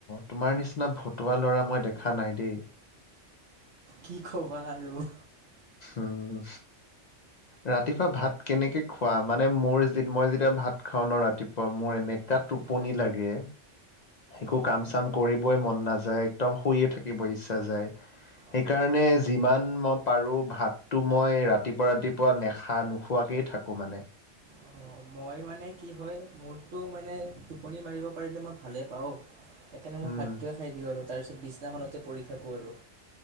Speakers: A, on the left; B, on the right.
A: তোমাৰ নিচিনা ভতুৱা ল'ৰা মই দেখা নাই দেই।
B: কি কবা আৰু।
A: উম, ৰাতিপুৱা ভাত কেনেকে খোৱা? মানে মোৰ মই যেতিয়া ভাত খাও ন ৰাতিপুৱা মোৰ এনে কা
B: অ'
A: টোপনি
B: হয়
A: লাগে। একো
B: অ'
A: কাম চাম কৰিবই মন নাযায়। একদম শুইয়ে থাকিব ইচ্ছা যায়।
B: অ'
A: সেইকাৰণে যিমান মই পাৰো ভাতটো মই ৰাতিপুৱা ৰাতিপুৱা নেখা নোখোৱা কে থাকো মানে।
B: অ' মই মানে কি হয় মোৰটো মানে টোপনি মাৰিব পাৰিলে মই ভালে পাওঁ। সেইকাৰণে মই
A: উম
B: ভাতটোৱে খাই দিওঁ আৰু। তাৰ পিছত বিছনাখনতে পৰি থাকো আৰু।